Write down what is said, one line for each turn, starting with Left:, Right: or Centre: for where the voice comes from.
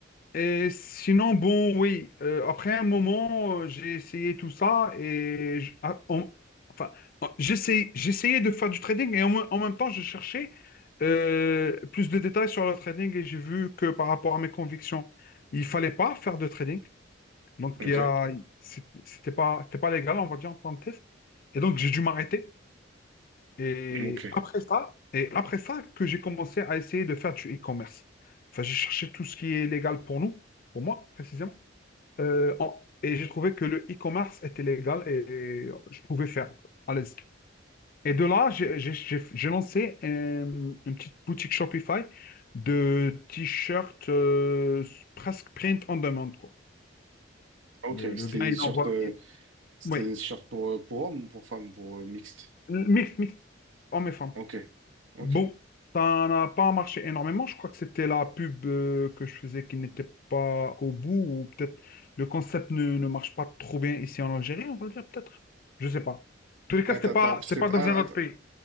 Left: Et sinon, bon, oui, euh, après un moment, euh, j'ai essayé tout ça et j- ah, en- enfin, en- j'essayais, j'essayais de faire du trading et en, me- en même temps, je cherchais euh, plus de détails sur le trading et j'ai vu que par rapport à mes convictions, il fallait pas faire de trading. Donc,
Right: Ok.
Left: il y a, c'est- c'était pas, c'était pas légal, on va dire, en tant que test. Et donc, j'ai dû m'arrêter. Et
Right: Ok.
Left: après ça, et après ça que j'ai commencé à essayer de faire du e-commerce. Enfin, j'ai cherché tout ce qui est légal pour nous, pour moi précisément. Euh, en- et j'ai trouvé que le e-commerce était légal et, et je pouvais faire à l'aise. Et de là, j'ai j'ai- j'ai- j'ai lancé euh, une petite boutique Shopify de t-shirts euh, presque print on demand, quoi.
Right: Ok.
Left: Le, le
Right: C'était
Left: gars,
Right: des
Left: il
Right: shorts,
Left: envoie.
Right: euh, c'était
Left: Oui,
Right: des shorts pour, euh, pour hommes ou pour femmes, pour euh, mixte.
Left: mix, mix, hommes et femmes.
Right: Ok. Ok.
Left: Bon, ça n'a pas marché énormément. Je crois que c'était la pub euh, que je faisais qui n'était pas au bout, ou peut-être le concept ne, ne marche pas trop bien ici en Algérie, on va dire peut-être. Je sais pas. En tous les cas,
Right: Ouais,
Left: c'était
Right: t'as,
Left: pas,
Right: t'as, parce
Left: c'était
Right: que
Left: pas
Right: t'as,
Left: dans un autre
Right: ah, ah, t'as,
Left: pays.